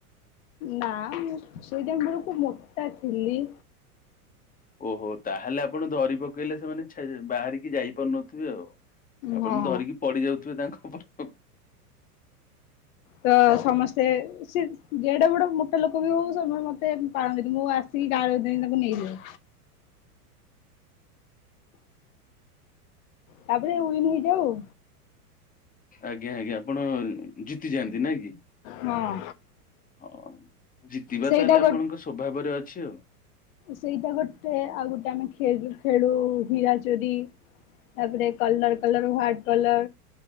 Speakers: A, on the left; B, on the left.
A: ନା ମୁଁ ସେଇ ଟାଇମ ବେଳକୁ ମୋଟା ଥିଲି।
B: ଓହୋ ତାହେଲେ ଆପଣ ଧରି ପକେଇଲେ ସେମାନେ ଛା ବାହାରିକି ଯାଇ ପାରୁନଥିବେ ଆଉ। ଆପଣ
A: ହଁ।
B: ଧରିକି ପଡି ଯାଉଥିବେ ତାଙ୍କ ଉପରୁ
A: ତ ସମସ୍ତେ ସେ ଯେଡ଼େ ବଡେ ମୋଟା ଲୋକ ବି ହଉ ସେମାନେ ମତେ ପାରନ୍ତିନି ମୁଁ ଆସି ସେ ଗାର ଯାଏଁ ତାକୁ ନେଇଯାଏ। ତାପରେ ଉଇନ ହେଇଯାଏ ଆଉ।
B: ଆଜ୍ଞା ଆଜ୍ଞା ଆପଣ ଜିତିଯାଆନ୍ତି ନାଇଁ କି?
A: ହଁ
B: ହଁ ଜିତିବା
A: ସେଇଟା
B: ତାହେଲେ
A: ଗୋ
B: ଆପଣଙ୍କ ସ୍ୱଭାବରେ ଅଛି ଆଉ।
A: ସେଇଟା ଗୋଟେ ଆଉ ଗୋଟେ ଆମେଖେଳ ଖେଳୁ ହୀରା ଚୋରି ତାପରେ କଲର କଲର ହ୍ୱାଟ କଲର